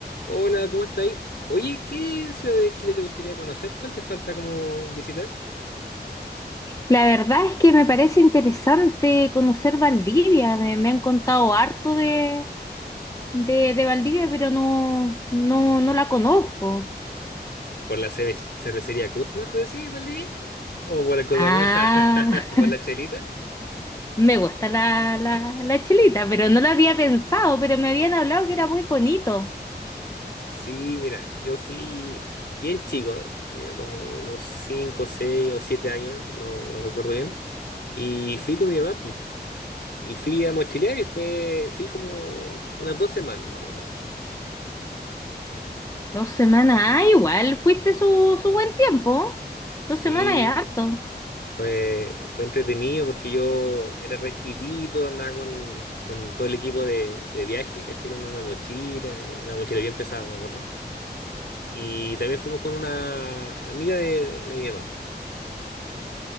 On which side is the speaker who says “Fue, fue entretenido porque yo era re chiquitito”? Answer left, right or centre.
Left